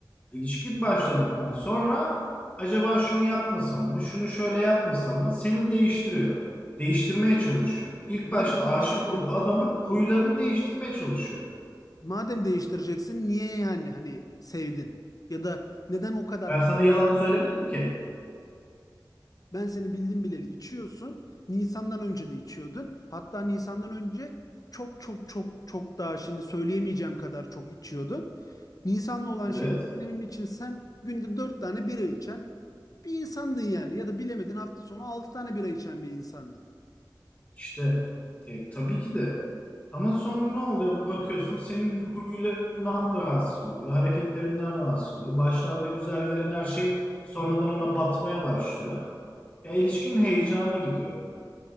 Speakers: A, on the left (about 20°); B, on the left (about 50°).
A: İlişki başladıktan sonra acaba şunu yapmasam mı, şunu şöyle yapmasam mı seni değiştiriyor. Değiştirmeye çalışıyor. İlk
B: Madem
A: başta aşık
B: değiştireceksin,
A: olduğu adamın huylarını değiştirmeye çalışıyor.
B: madem değiştireceksin niye yani hani sevdin? Ya da neden o kadar
A: Ben
B: kaldın?
A: sana yalan söylemedim ki.
B: Ben seni bildim bileli içiyorsun. Nisan'dan önce de içiyordun. Hatta Nisan'dan önce çok çok çok çok daha şimdi söyleyemeyeceğim kadar çok içiyordun. Nisan'la olan
A: Evet
B: şey benim için sen günde 4 tane bira içen bir insandın yani. Ya da bilemedin hafta sonu 6 tane bira içen bir insandın.
A: işte ya, tabii ki de ama sonra ne oluyor bakıyorsun senin huylarından rahatsız oluyor hareketlerinden rahatsız oluyor başlarda güzel gelen her şey sonradan ona batmaya başlıyor ya ilişkinin heyecanı gidiyor